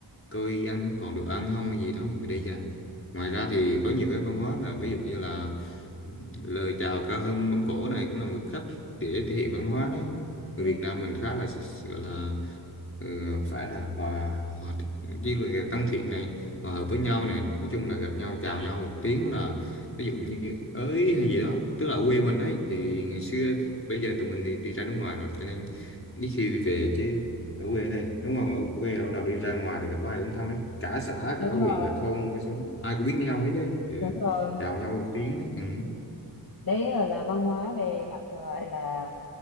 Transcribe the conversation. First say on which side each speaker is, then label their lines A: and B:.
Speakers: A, on the left (about 30°); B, on the left (about 50°).
A: coi ăn còn được ăn không hay gì đó mình phải để dành ngoài ra thì có nhiều cái văn hóa là ví dụ như là lời chào cao hơn mâm cỗ này cũng là một cách để thể hiện văn hóa đấy người
B: Ừ.
A: Việt Nam mình khá là s- gọi là ừ, phải là hòa hòa với là tăng thiện này hòa hợp với nhau này nói chung là gặp nhau chào nhau một tiếng là ví dụ như ới hay gì đó tức là ở quê mình ấy thì ngày xưa bây giờ tụi mình thì đi ra nước ngoài rồi cho nên ít khi về chứ ở quê này đúng không ở quê ở nào đi ra ngoài thì gặp ai cũng thân đấy cả xã
B: Đúng
A: cả huyện
B: rồi,
A: cả thôn cái số ai cũng biết nhau hết đấy ừ.
B: đúng rồi.
A: chào nhau một tiếng đấy. Ừ.
B: Đấy là là văn hóa về mặt gọi là